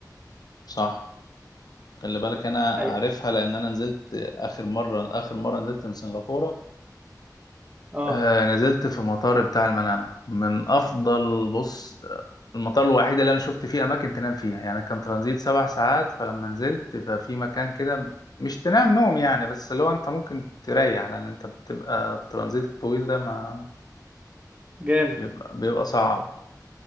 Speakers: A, on the left (about 65°); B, on the right (about 20°).
A: صح خلي بالك انا عارفها
B: ايوه
A: لان انا نزلت اخر مرة اخر مرة نزلت من سنغافورة
B: اه
A: آه نزلت في مطار بتاع المنامة من أفضل بص آه، المطار الوحيد اللي أنا شفت فيه أماكن تنام فيها يعني كان ترانزيت سبع ساعات فلما نزلت ففي مكان كده مش تنام نوم يعني بس اللي هو أنت ممكن تريح لأن أنت بتبقى الترانزيت الطويل ده ما
B: جامد
A: بيبقى, بيبقى صعب